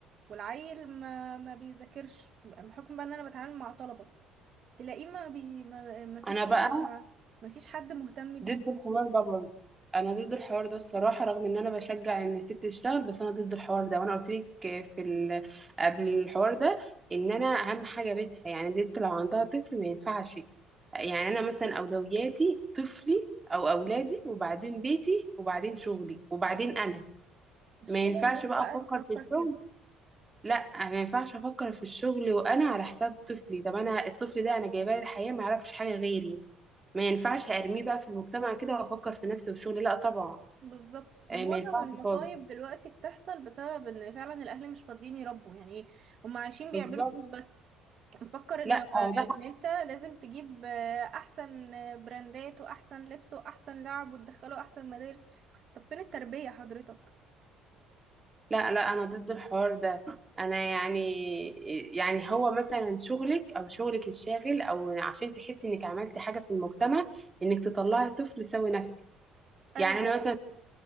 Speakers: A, on the right (about 45°); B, on the right (about 20°).
A: والعيل ما ما بيذاكرش بحكم بقى ان انا بتعامل مع طلبة تلاقيه ما بي ما, ما فيش
B: انا بقى
A: متابعة ما فيش حد مهتم
B: ضد
A: بيه
B: الحوار ده برضه انا ضد الحوار ده الصراحه رغم ان انا بشجع ان الست تشتغل بس انا ضد الحوار ده وانا قلت لك في ال... قبل الحوار ده ان انا اهم حاجه بيتها يعني لسه لو عندها طفل ما ينفعش يعني انا مثلا اولوياتي طفلي او اولادي وبعدين بيتي وبعدين شغلي وبعدين انا
A: مش
B: ما
A: كل
B: ينفعش
A: الناس
B: بقى
A: بقى
B: افكر
A: بتفكر
B: في الشغل
A: كده
B: لا ما ينفعش افكر في الشغل وانا على حساب طفلي طب انا الطفل ده انا جايباه للحياه ما يعرفش حاجه غيري ما ينفعش ارميه بقى في المجتمع كده وافكر في نفسي والشغل لا طبعا
A: بالظبط
B: آه،
A: ومعظم
B: ما ينفعش
A: المصايب
B: خالص
A: دلوقتي بتحصل بسبب ان فعلا الاهل مش فاضيين يربوا يعني هم عايشين بيعملوا
B: بالظبط
A: فلوس بس مفكر ان
B: لا
A: ان
B: آه، ده
A: انت لازم تجيب احسن براندات واحسن لبس واحسن لعب وتدخله احسن مدارس طب فين التربية حضرتك
B: لا لا انا ضد الحوار ده انا يعني يعني هو مثلا شغلك او شغلك الشاغل او عشان تحسي انك عملتي حاجه في المجتمع انك تطلعي طفل سوي نفسي يعني
A: ايوه طبعا
B: انا مثلا